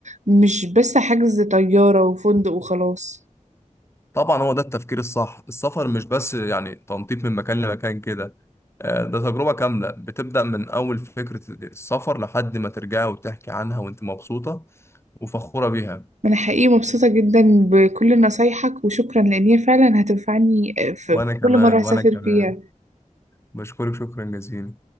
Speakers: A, on the right (about 65°); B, on the left (about 20°).
A: مش بس حجز طياره وفندق وخلاص
B: طبعا هو ده التفكير الصح السفر مش بس يعني تنطيط من مكان لمكان كده آه، ده تجربة كاملة بتبدأ من أول فكرة السفر لحد ما ترجعي وتحكي عنها وأنت مبسوطة وفخورة بيها
A: أنا حقيقي مبسوطة جدا بكل نصايحك وشكرا لأن هي فعلا هتنفعني في
B: وأنا
A: في
B: كمان
A: كل مرة هسافر
B: وأنا كمان
A: فيها
B: بشكرك شكرا جزيلا